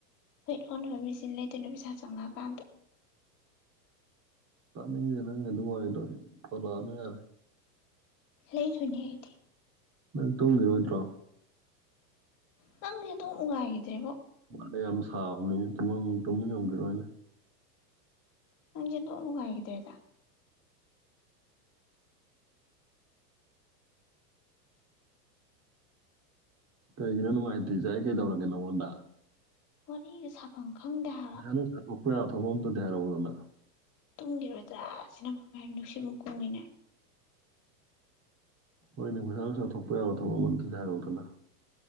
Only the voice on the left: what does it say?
ꯋꯦꯠ ꯑꯣꯟꯅꯕ ꯃꯦꯆꯤꯟ ꯂꯩꯗꯨꯏꯅꯦ ꯄꯩꯁꯥ ꯆꯪꯉꯛꯑꯀꯥꯟꯗ
ꯂꯩꯗꯨꯏꯅꯤ ꯑꯩꯗꯤ
ꯅꯪꯁꯦ ꯗꯣꯛ ꯅꯨꯡꯉꯥꯏꯈꯤꯗ꯭ꯔꯦꯕꯣ
ꯅꯪꯖꯦ ꯑꯣꯟꯗꯣꯛ ꯅꯨꯡꯉꯥꯏꯒꯤꯗꯔ꯭ꯦꯗ
ꯋꯥꯔꯤ ꯁꯥ ꯈꯪꯗꯦ ꯍꯥꯏ
ꯇꯨꯡꯈꯤꯔꯣꯏꯗ꯭ꯔꯥ ꯁꯤꯅꯕꯨ ꯅꯨꯡꯁꯤꯠꯃꯨꯛ ꯀꯨꯡꯉꯤꯅꯦ